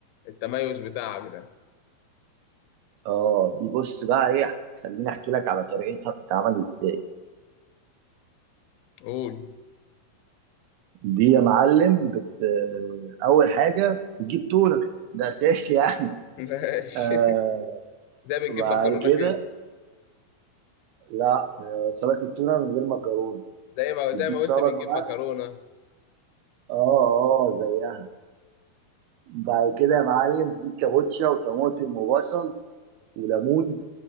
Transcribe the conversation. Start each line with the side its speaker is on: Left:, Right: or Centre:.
Left: التميز بتاعك ده
Right: اه دي بص بقى ايه خليني احكي لك على طريقتها بتتعمل ازاي
Left: قول
Right: دي يا معلم بت... اول حاجة بتجيب تونة ده اساسي يعني
Left: <laughs> ماشي
Right: آه
Left: زي ما بنجيب
Right: وبعد
Left: مكرونة
Right: كده
Left: كده
Right: لا آه، سلطه التونه من غير مكرونه
Left: زي ما
Right: بتجيب
Left: زي ما قلت
Right: سلطه
Left: بنجيب
Right: بقى
Left: مكرونة
Right: اه اه زيها بعد كده يا معلم تجيب كابوتشا وطماطم وبصل وليمون